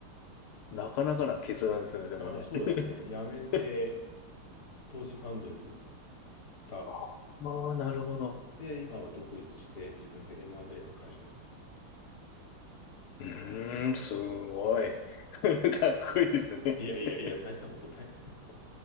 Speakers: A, on the left (about 80°); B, on the left (about 45°).
A: あなかなかな決断ですね、でもね。
B: ああ、そうですね。辞めて、
A: <laughs>
B: 投資ファンドに移った。
A: ああ、なるほど。
B: で、今は独立して自分で M&A の会社やってます。
A: うーん、すごい。<laughs> かっこいいですね。
B: いやいやいや、大したことないですよ。
A: <laughs>